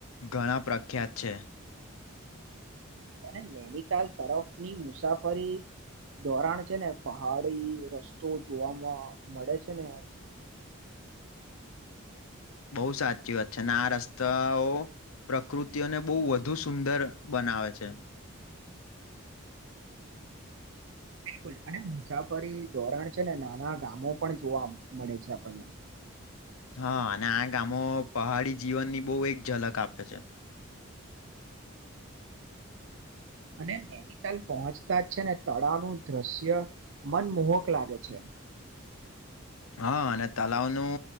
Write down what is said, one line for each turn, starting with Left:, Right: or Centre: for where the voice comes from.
Left: ઘણા પ્રખ્યાત છે.
Right: નૈનીતાલ, તરફની મુસાફરી ધોરાણ છે, ને પહાડી રસ્તો જોવાવામાં મળે છે, ને
Left: બહુ સાચી વાત છે, અને આ રસ્તા પ્રકૃતિઓને બહુ, વધુ સુંદર બનાવે છે.
Right: બિલકુલ અને મુસાફરી ધોરણ છે, ને નાના ગામો પણ જોવા મળે છે, આપણને
Left: હા, અને આ ગામો પહાડી જીવનની બહુ એક ઝલક આપે છે.
Right: અને નૈનીતાલ પહોંચતા જ છે ને તળાવનું દ્રશ્ય મનમોહક લાગે છે
Left: હા અને તલાવનું